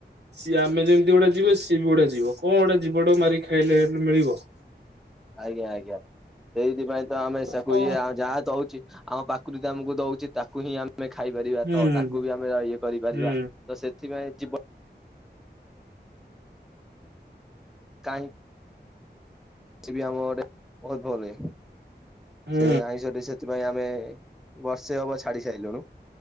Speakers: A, on the right (about 70°); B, in the centre.
A: ସିଏ ଆମେ ଯେମିତି ଗୋଟେ ଯିବ ସିଏ ବି ଗୋଟେ ଯିବ କଣ ଗୋଟେ ଯିବଟାକୁ ମାରି ଖାଇଲେ ହେଲେ ମିଳିବ।
B: ଆଜ୍ଞା ଆଜ୍ଞା ସେଇଥି ପାଇଁ ତ ଆମେ ଶଖୁଆ
A: କଣ
B: ଯାହା ଦଉଛି ଆମ ପାକୃତି ଆମକୁ ଦଉଚି ତାକୁ ହିଁ ଆମ ଆମେ ଖାଇପାରିବା
A: ହୁଁ ହୁଁ
B: ତ ତାକୁ ବି ଆମେ ଆ ଇଏ କରିପାରିବା
A: ହୁଁ
B: ତ ସେ ଏଥିପାଇଁ <inaudible> କାଇଁ ବି ଆମ ଗଟେ ବହୁତ <unintelligible>
A: ହୁଁ
B: ସେ ଆଇଁଷଟି ସେଥିପାଇଁ ଆମେ ବର୍ଷେ ହବ ଛାଡି ସାଇଲୁଣି